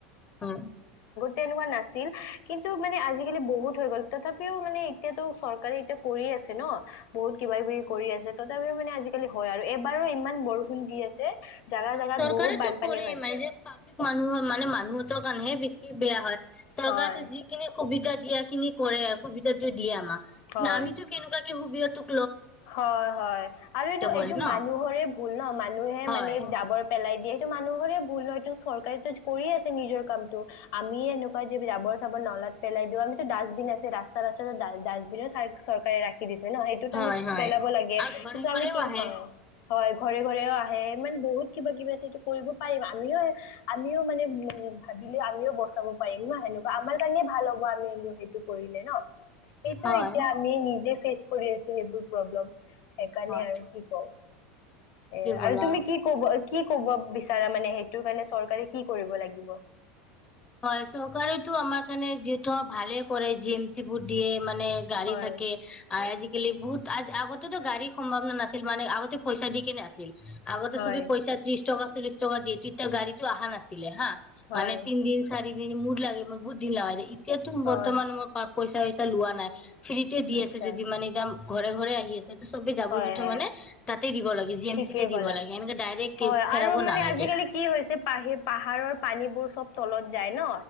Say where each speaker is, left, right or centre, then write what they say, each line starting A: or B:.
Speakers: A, on the left (about 15°); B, on the left (about 55°).
A: হয়।
B: তেনেকুৱা নাছিল কিন্তু মানে আজিকালি বহুত হৈ গ'ল তথাপিও মানে এতিয়াটো চৰকাৰে এতিয়া কৰিয়ে আছে ন' বহুত কিবা-কিবি কৰি আছে। তথাপিও মানে আজিকালি হয় আৰু এইবাৰো ইমান বৰষুণ দি আছে জাগা
A: হয়
B: জাগাত
A: চৰকাৰেটো
B: বহুত বানপানী
A: কৰে
B: হৈছে
A: মানে যে পাব্লিক মানুহৰ মানে মানুহঁতৰ কাৰণেহে বেচি চি বেয়া হয়। চৰকাৰেটো
B: হয়
A: যিখিনি সুবিধা দিয়াখিনি কৰে আৰু সুবিধাটো দিয়ে আমাক। কিন্তু
B: হয়
A: আমিটো কেনেকুৱা কে সুবিধাটো
B: হয়, হয় আৰু এনে
A: কৰে
B: এইটো
A: ন
B: মানুহৰে ভুল ন' মানুহে
A: হয়
B: মানে জাবৰ পে পেলাই দিয়ে সেইটো মানুহৰে ভুল নহয়টো চৰকাৰেটো কৰিয়ে আছে নিজৰ কামটো আমিয়ে এনেকুৱা যে জাবৰ চাবৰ নলাত পেলাই দিওঁ আমিতো ডাষ্টবিন আছে ৰাস্তাত আছে ৰাস্তাত ডাষ্টবিন চৰকাৰে ৰাখি খি দিছে ন' সেইটোত
A: হয়
B: আমি
A: হয়
B: পেলাব লাগে
A: আৰু ঘৰে
B: কিন্তু
A: ঘৰেও
B: আমি কি
A: আহে
B: হয় হয়, ঘৰে ঘৰেও আহে ইমান বহুত কিবা-কিবি আছে সেটো কৰিব পাৰিম আমিও আমিও মানে উম, ভাবিলে আমিও বচাব পাৰিম ন' সেনেকুৱা আমাৰ কাৰণে ভাল হ'ব আমি সেইটো কৰিলে ন'? সেইটো
A: হয়
B: এতিয়া আমি নিজে ফেচ কৰি আছোঁ সেইবোৰ। প্ৰব্লেম। সেইকাৰণে
A: হয়
B: আৰু কি কওঁ। এ
A: ঠিকে ক'লা
B: আৰু তুমি কি ক'বৰ কি ক'ব বিচাৰা মানে সেইটো কাৰণে চৰকাৰে কি কৰিব লাগিব?
A: হয় চৰকাৰেতো আমাৰ কাৰণে যিহেতু ভালে কৰে জি এম চি ভোট দিয়ে। মানে গাড়ী
B: হয়
A: থাকে আজি কালি বহুত আগতে তো গাড়ী সম্ভাৱনা নাছিল। মানে আগতে পইচা দি কেনে আছিল। আগতে
B: হয়
A: চবেই পইচা ত্ৰিশ টকা চল্লিশ টকা দিয়ে তেতিয়া গাড়ীত আহা নাছিলে হাঁ।
B: হয়
A: মানে তিন দিন চাৰি দিন মোৰ লাগে মই বহুত ঢিলা এতিয়া টো
B: হয়
A: বৰ্তমান মোৰৰ পাপ পইচা ঐইচা লোৱা নাই। ফ্ৰীতে দি
B: আচ্ছা
A: আছে যদিও মানে একদম। ঘৰে ঘৰে আহি আছে। চবেই যাব
B: হয়
A: জোঠৰ
B: হয়
A: মানে তাতে দিব লাগে, জি
B: ঠিকেই
A: এম চিটে দিব
B: ক'লা
A: লাগে, এনেকে ডাইৰেক্ট
B: হয়
A: কে পেলাব
B: আৰু মানে
A: নালাগে।
B: আজিকালি কি হৈছে পাহি পাহাৰৰ পানীবোৰ চ'ব তলত যায় ন।